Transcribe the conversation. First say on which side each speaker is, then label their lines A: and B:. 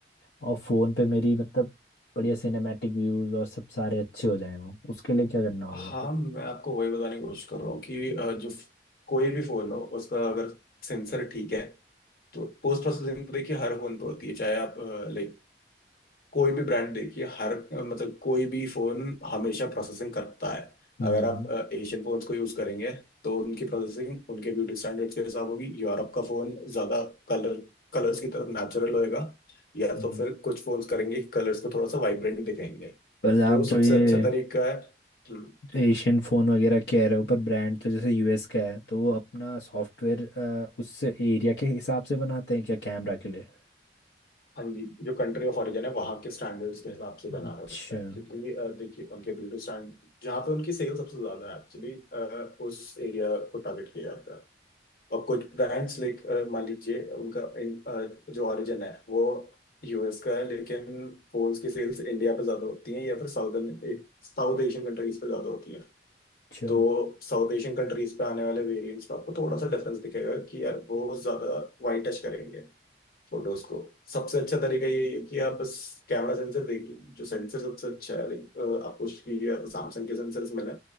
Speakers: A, on the left (about 75°); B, on the left (about 55°).
A: और फ़ोन पे मेरी मतलब बढ़िया सिनेमैटिक व्यूज़ और सब सारे अच्छे हो जाएं वो उसके लिए क्या करना होगा
B: हाँ
A: फिर
B: मैं आपको वही बताने की कोशिश कर रहा हूँ कि अ, जो फ- कोई भी फोन हो उसका अगर सेंसर ठीक है तो पोस्ट प्रोसेसिंग तो देखिए हर फोन पे होती है चाहे आप लाइक कोई भी ब्रांड देखिए हर मतलब कोई भी फोन हमेशा प्रोसेसिंग करता है
A: हम्म
B: अगर आप एशियन फोन्स को यूज करेंगे तो उनकी प्रोसेसिंग उनके ब्यूटी स्टैंडर्ड्स के हिसाब होगी यूरोप का फोन ज्यादा कलर कलर्स की तरफ नेचुरल होएगा या
A: हम्म।
B: तो फिर कुछ फोन्स करेंगे कलर्स को थोड़ा सा वाइब्रेंट दिखाएंगे
A: पर आप
B: तो सबसे
A: जो ये
B: अच्छा तरीका है हम्म,
A: एशियन फ़ोन वगैरह कह रहे हो पर ब्रांड तो जैसे यूएस का है तो वो अपना सॉफ्टवेयर उस एरिया के हिसाब से बनाते हैं क्या कैमरा के लिए
B: हाँ जी जो कंट्री ऑफ ओरिजिन है वहाँ के स्टैंडर्ड्स के हिसाब से बना
A: अच्छा
B: रहा होता है क्योंकि अ, देखिए उनके ब्यूटी स्टैंड जहाँ पे उनकी सेल सबसे ज्यादा है एक्चुअली उस एरिया को टारगेट किया जाता है और कुछ ब्रांड्स लाइक मान लीजिए उनका इन, अ, जो ओरिजिन है वो यूएस का है लेकिन फोन्स की सेल्स इंडिया पे ज्यादा होती हैं या फिर साउदर्न साउथ एशियन कंट्रीज पे ज्यादा होती हैं
A: अच्छा
B: तो साउथ एशियन कंट्रीज पे आने वाले वेरिएंट्स पे आपको थोड़ा सा डिफरेंस दिखेगा कि यार वो ज्यादा वाइट टच करेंगे फोटोज को सबसे अच्छा तरीका ये है कि आप बस कैमरा सेंसर देखिए जो सेंसर सबसे अच्छा है like, अ, आपको उसकी सैमसंग के सेंसर्स मिले